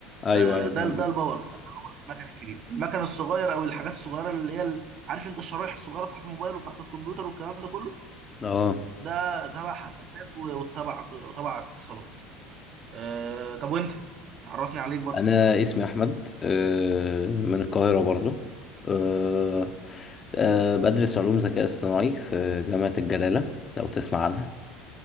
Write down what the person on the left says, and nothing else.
ايوه
ايوه
فاهم
قصدك.
اه
انا اسمي احمد آه، من القاهرة برضو آه، آه، بدرس علوم ذكاء اصطناعي في جامعة الجلالة لو تسمع عنها